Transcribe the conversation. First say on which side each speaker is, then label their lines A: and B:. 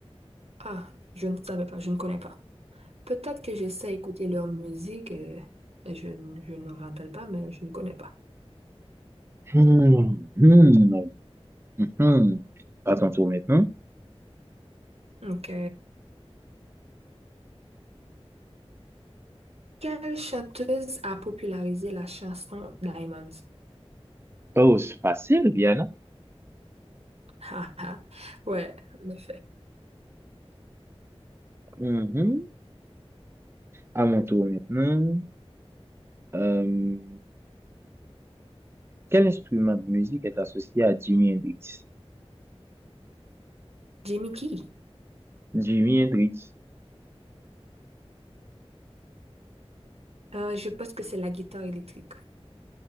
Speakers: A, on the right; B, on the right.
A: Ah, je ne savais pas, je ne connais pas. Peut-être que j'essaie d'écouter leur musique, euh, mais je, ne- je ne me rappelle pas, mais je ne connais pas.
B: Hmm, hmm, hmm. À ton tour maintenant.
A: Ok. Quelle chanteuse a popularisé la chanson Diamonds? <laughs>
B: Oh, c'est facile, Viana.
A: Ah, ah. Ouais, en effet.
B: Mhm. À mon tour maintenant. Euh, quel instrument de musique est associé à Jimi Hendrix?
A: Jimmy Key.
B: Jimi Hendrix.
A: Euh, je pense que c'est la guitare électrique.